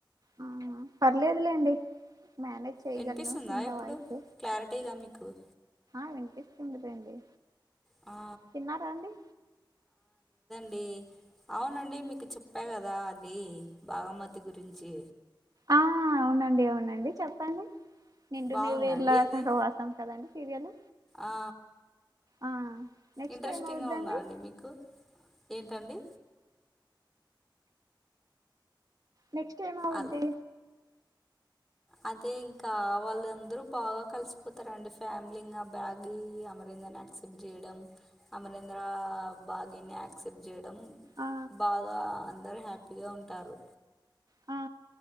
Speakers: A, on the right; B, in the centre.
A: ఆ పర్లేదులేండి మనేజ్ చేయగలలను
B: వినిపిస్తుందా
A: ఇంత
B: ఇప్పుడు
A: వైపు
B: క్లారిటీగా మీకు
A: వెంకష్ తండరండి
B: ఆ
A: తిన్నారా అండి
B: అ అవునండి మీకు చెప్పా కదా అది బాగమతి గురించి
A: ఆ అవునండి అవునండి చెప్పండి నింట
B: బాగుందా
A: నుీ్వేళ
B: అండి అది
A: సహ వాసాం కదండి సీరియల్
B: ఆ
A: ఆ నెక్స్ట్
B: ఇంట్రెస్టింగ్గా
A: ఏమవుద్దండి
B: ఉందా అండి మీకు ఏంటండి
A: నెక్స్ట్ టైమ్ అవద్ది
B: అలా అదే ఇంకా వాళ్ళ అందరూ బాగా కలిసిపోతారంండి ఫ్యామిలీ ఇం బ్యాగ్ అమరి క్సెప్ట్ చేయడం అమరేంద్ర భాగ్యని క్సెప్ట్ చేయడం
A: ఆ
B: బాగా అందరు హ్యాపీగా ఉంటారు
A: ఆ